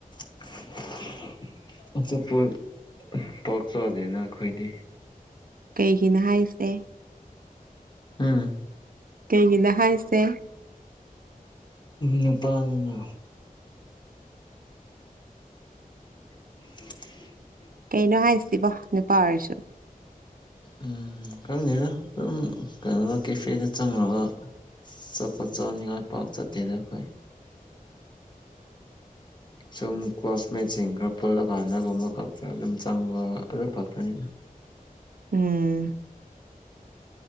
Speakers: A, on the left (about 30°); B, on the right (about 75°).
A: <unintelligible> ꯑꯆꯄꯣ ꯄꯣꯛꯆꯗꯅ ꯑꯩꯈꯣꯏꯗꯤ
B: ꯀꯩꯒꯤꯅ ꯍꯥꯏꯁꯦ
A: ꯎꯝ
B: ꯀꯩꯒꯤꯅ ꯍꯥꯏꯁꯦ
A: ꯅꯨꯄꯥꯅꯤꯅ <unintelligible>
B: ꯀꯩꯅꯣ ꯍꯥꯏꯁꯤꯕꯣ ꯅꯨꯄꯥ ꯑꯣꯏꯔꯁꯨ
A: ꯎꯝ ꯈꯪꯉꯦꯗ ꯑꯗꯨꯝ ꯀꯩꯅꯣꯗ ꯀꯦꯐꯦꯗ ꯆꯪꯉꯒ ꯆꯥꯎꯠꯄꯣꯠ ꯆꯥꯅꯤꯡꯉꯥꯏ ꯄꯥꯛ ꯆꯠꯇꯦꯗ ꯑꯩꯈꯣꯏ ꯁꯨꯝ ꯀ꯭ꯂꯥꯁꯃꯦꯠꯁꯤꯡ ꯈꯔ ꯄꯨꯜꯂꯀꯥꯟꯗꯒꯨꯝꯕ ꯈꯛꯇ ꯑꯗꯨꯝ ꯆꯪꯕ ꯑꯗꯨ ꯈꯛꯇꯅꯤꯅ
B: ꯎꯝ